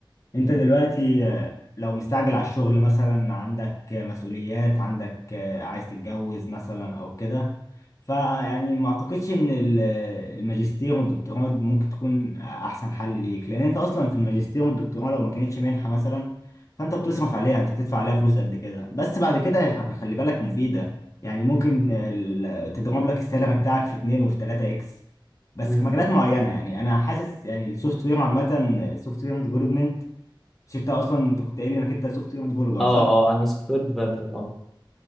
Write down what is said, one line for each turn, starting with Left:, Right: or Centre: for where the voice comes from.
Left: انت
Centre: مم.
Left: دلوقتي آه، لو مستعجل على الشغل مثلا عندك آه، مسؤوليات عندك آه، عايز تتجوز مثلا او كده فيعني ما اعتقدش ان ال- آه، الماجستير والدكتوراه ممكن تكون احسن حل ليك لان انت اصلا في الماجستير والدكتوراه لو ما كانتش منحة مثلا فانت بتصرف عليها انت بتدفع عليها فلوس قد كده بس بعد كده خلي بالك مفيدة يعني ممكن ال- تضرب لك السالري بتاعك في اتنين وفي تلاتة اكس بس
Centre: مم.
Left: في مجالات معينة يعني انا حاسس يعني السوفت وير عامة السوفت وير ديفلوبمنت مش انت اصلا انت كنت قايل لي انك انت سوفت وير ديفلوبر
Centre: اه اه
Left: صح؟
Centre: آه، انا سوفت وير ديفلوبر اه